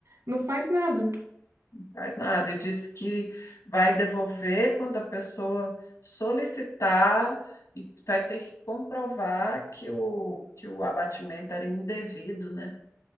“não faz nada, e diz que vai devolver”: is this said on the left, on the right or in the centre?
Left